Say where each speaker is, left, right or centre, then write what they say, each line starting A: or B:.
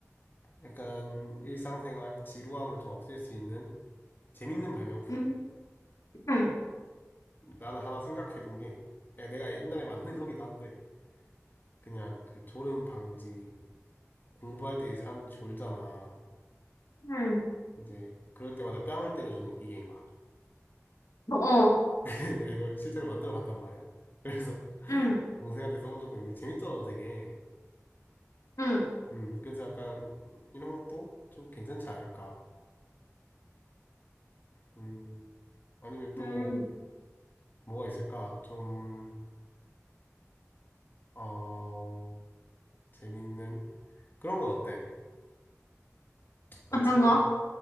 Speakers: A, on the left; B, on the left.
A: 약간 일상생활 지루함을 좀 없앨 수 있는 재밌는 발명품.
B: 응, 응,
A: 나는 하나 생각해 둔 게 에, 내가 옛날에 만든 거기도 한데 그냥 그 졸음 방지 공부할 때 이제 사람들이 졸잖아.
B: 응,
A: 이제 그럴 때마다 뺨을 때려주는 기계인 거야.
B: 어, 어,
A: <laughs> 내가 이걸 실제로 만들어 봤단 말이야. 그래서 <laughs>
B: 응,
A: 동생한테 써본 적도 있는데 재밌더라고 되게.
B: 응,
A: 음, 그래서 약간 이런 것도 좀 괜찮지 않을까. 음, 아니면 또
B: 응,
A: 뭐가 있을까? 좀, 어, 재밌는 그런 건 어때? 아침,
B: 어떤 거?
A: <clears throat>